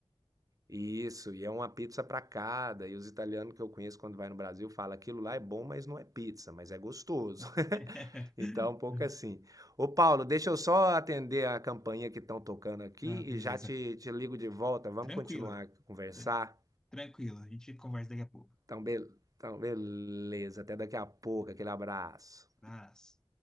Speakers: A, on the right; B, in the centre.
A: Isso, e é uma pizza para cada. E os italianos que eu conheço quando vai no Brasil fala: "Aquilo lá é bom, mas não é pizza, mas é gostoso". <laughs>
B: <laughs>
A: Então, um pouco assim. Ô Paulo, deixa eu só atender a campainha que estão tocando aqui
B: Ah, beleza.
A: e já te te ligo de volta. Vamos
B: Tranquilo,
A: continuar a conversar?
B: tran- tranquilo. A gente conversa daqui a pouco.
A: Então, bel então beleza, até daqui a pouco. Aquele abraço.
B: Abraço.